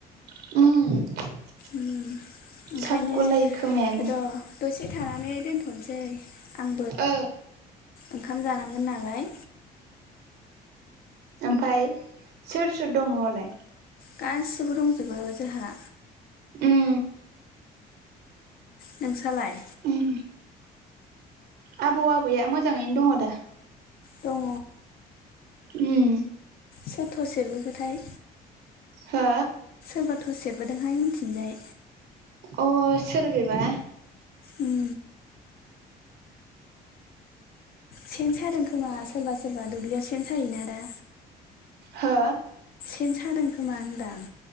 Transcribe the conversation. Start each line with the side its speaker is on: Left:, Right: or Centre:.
Right: उम
Left: उम ओंखायनो
Right: सागुलायो खोमायानो
Left: र' दसे थानानै दोन्थ'नोसै आं।
Right: ओ
Left: ओंखाम जानांगोन नालाय।
Right: ओमफ्राय सोर सोर दं न'लाय?
Left: गासिबो दंजोबो जोंहा।
Right: उम
Left: नोंसालाय?
Right: उम आबौ आबैया मोजाङैनो दङ दा?
Left: दङ।
Right: उम
Left: सोर थस सेरबोखोथाय?
Right: हो
Left: सोरबा थस सेरबोदोंहाय उनथिंजाय।
Right: अ सोर बेबा?
Left: उम सेन सादों खोमा सोरबा सोरबा दुब्लियाव सेन सायोना दा।
Right: हो
Left: सोन सादों खोमा होनदां।